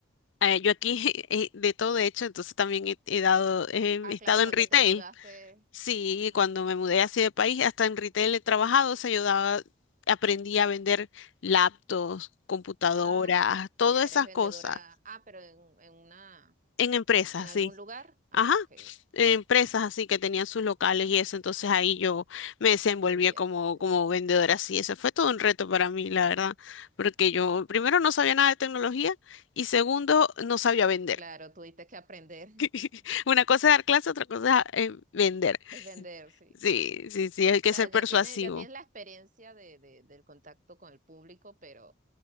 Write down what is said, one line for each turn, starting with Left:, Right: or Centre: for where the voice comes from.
Left: eh, yo aquí <laughs> eh, de todo, de hecho, entonces también he, he dado, eh,
Right: Ah,
Left: he estado
Right: claro,
Left: en
Right: cuando
Left: retail.
Right: te mudaste,
Left: Sí,
Right: ajá.
Left: cuando me mudé así de país, hasta en retail he trabajado, o sea, yo daba- aprendí a vender laptops, computadoras,
Right: Ah,
Left: todas
Right: ya eres
Left: esas
Right: vendedora.
Left: cosas
Right: Ah, pero en, en una,
Left: en empresas,
Right: en algún
Left: sí.
Right: lugar. Ah,
Left: Ajá,
Right: ok,
Left: en empresas así que tenían sus locales y eso, entonces ahí yo me desenvolvía
Right: vendías,
Left: como,
Right: sí.
Left: como vendedora, así eso fue todo un reto para mí, la verdad, porque yo primero no sabía nada de tecnología y segundo no sabía vender.
Right: Claro, tuviste que aprender
Left: <laughs>
Right: <laughs>
Left: Una cosa es dar clase otra cosa es eh, vender.
Right: es vender, sí.
Left: Sí, sí, sí, hay que
Right: O sea,
Left: ser
Right: ya
Left: persuasivo.
Right: tienes, ya tienes la experiencia de, de- del contacto con el público, pero